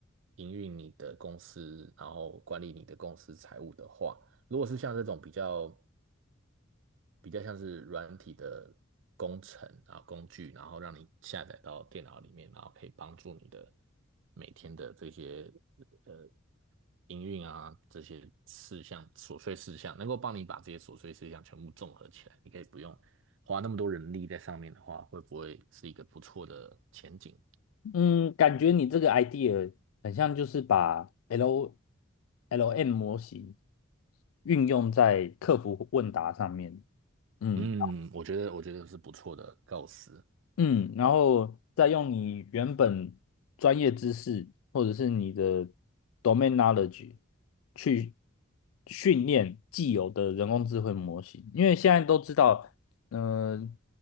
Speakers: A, on the right; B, on the left.
A: 营运你的公司，然后管理你的公司财务的话，如果是像这种比较比较像是软体的工程啊工具，然后让你下载到电脑里面，然后可以帮助你的每天的这些呃营运啊这些事项琐碎事项，能够帮你把这些琐碎事项全部综合起来，你可以不用花那么多人力在上面的话，会不会是一个不错的前景？
B: 嗯，感觉你这个 idea 很像就是把 L L M 模型运用在客服问答上面，嗯。
A: 嗯，我觉得我觉得是不错的构思。
B: 嗯，然后再用你原本专业知识或者是你的 domain knowledge 去训练既有的人工智慧模型，因为现在都知道，嗯、